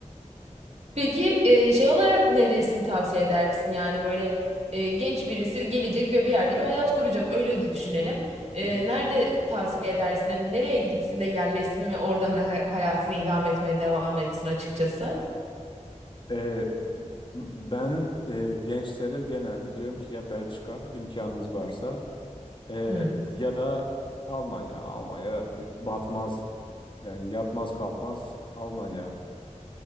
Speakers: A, on the right; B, on the left.
A: Peki e, şey olarak neresini tavsiye edersin? Yani böyle e, genç birisi gelecek ve bir yerde bir hayat kuracak. Öyle düşünelim. E,
B: Hı hı.
A: nerede tavsiye edersin? Hani nereye gitsin de yerleşsin ve oradan hayatını idame etmeye devam etsin açıkçası?
B: <laughs> Ee, ben e, gençlere genelde diyorum ki ya Belçika imkanınız varsa e,
A: Hmm.
B: ya da Almanya. Almanya bir batmaz yani yatmaz kalkmaz Almanya.